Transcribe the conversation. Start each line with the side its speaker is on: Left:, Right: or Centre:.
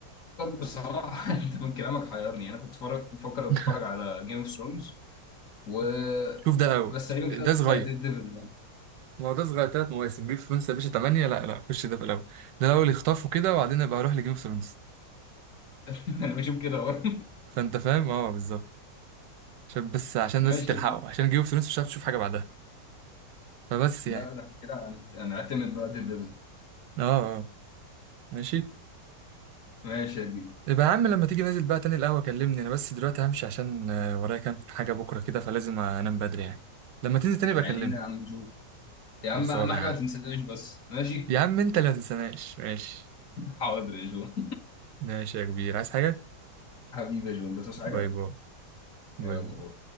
Left: بصراحه <laughs> انت من كلامك حيرني انا كنت بفكر بفكر
Right: <laughs>
Left: اتفرج على جيم اوف ثرونز و
Right: شوف ده الاول
Left: بس تقريبا
Right: ده
Left: كده اتفرج
Right: صغير
Left: على ديد ديفل
Right: ما هو ده صغير ثلاث مواسم جيم اوف ثرونز يا باشا 8 لا لا خش ده في الاول ده الاول يخطفه كده وبعدين ابقى اروح لجيم اوف ثرونز
Left: <laughs> انا بشوف كده برضه
Right: فانت فاهم اه بالظبط عشان بس عشان
Left: ماشي
Right: بس تلحقه
Left: يا كبير
Right: عشان جيم اوف ثرونز مش هتعرف تشوف حاجه بعدها فبس
Left: ده
Right: يعني
Left: ده كده هنت- هنعتمد بقى ديد ديفل
Right: اه آه. ماشي
Left: ماشي يا كبير
Right: يبقى يا عم لما تيجي نازل بقى تاني القهوة كلمني انا بس دلوقتي همشي عشان آه، ورايا كام حاجة بكرة كده فلازم انام بدري يعني لما تنزل تاني بكلمك
Left: عينينا يا عم جو يا عم
Right: خلصانة
Left: اهم حاجه
Right: يا عم
Left: ما تنسانيش بس ماشي
Right: يا عم انت اللي متنساناش ماشي
Left: حاضر يا جو <laughs>
Right: ماشي يا كبير عايز حاجة
Left: حبيبي يا جو انت تصحى حاجه
Right: باي باي باي
Left: يلا
Right: باي